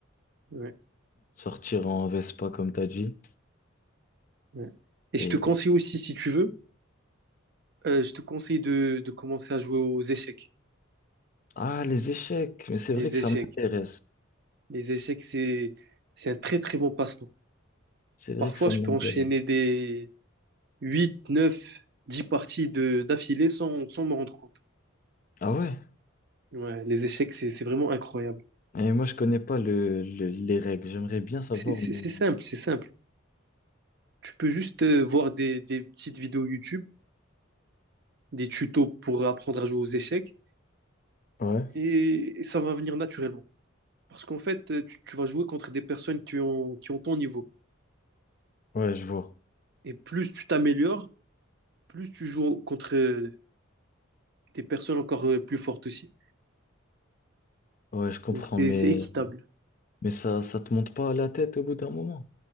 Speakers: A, on the right (about 55°); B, on the left (about 40°).
A: Ouais,
B: Sortir en Vespa, comme t'as dit.
A: ouais. Et
B: Et...
A: je te conseille
B: euh,
A: aussi, si tu veux, euh, je te conseille de, de commencer à jouer aux échecs.
B: Ah, les échecs. Mais c'est
A: Les
B: vrai que ça
A: échecs.
B: m'intéresse.
A: Les échecs, c'est, c'est un très très bon passe-temps.
B: C'est vrai
A: Parfois,
B: que ça
A: je
B: m'intéresse.
A: peux enchaîner des 8, 9, 10 parties de, d'affilée sans, sans me rendre compte.
B: Ah ouais?
A: Ouais, les échecs, c'est, c'est vraiment incroyable.
B: Et moi, je connais pas le, le- les règles. J'aimerais bien savoir,
A: C'est, c'est,
B: mais...
A: c'est simple, c'est simple. Tu peux juste euh, voir des, des petites vidéos YouTube, des tutos pour apprendre à jouer aux échecs,
B: Ouais.
A: et, et ça va venir naturellement. Parce qu'en fait, euh, tu, tu vas jouer contre des personnes qui ont, qui ont ton niveau.
B: Ouais, je vois.
A: Et plus tu t'améliores, plus tu joues contre euh, des personnes encore euh, plus fortes aussi.
B: Ouais, je comprends.
A: Donc c'est
B: Mais,
A: c'est équitable.
B: mais ça, ça te monte pas à la tête au bout d'un moment.